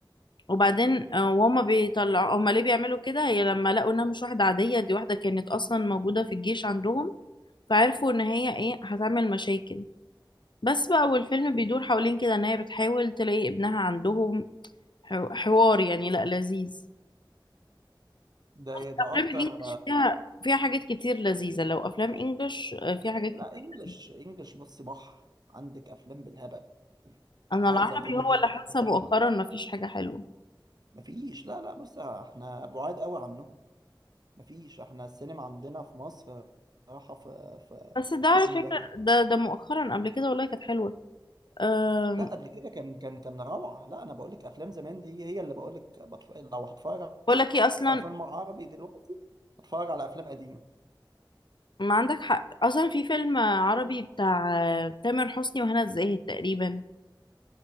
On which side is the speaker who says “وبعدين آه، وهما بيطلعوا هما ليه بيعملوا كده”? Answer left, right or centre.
Left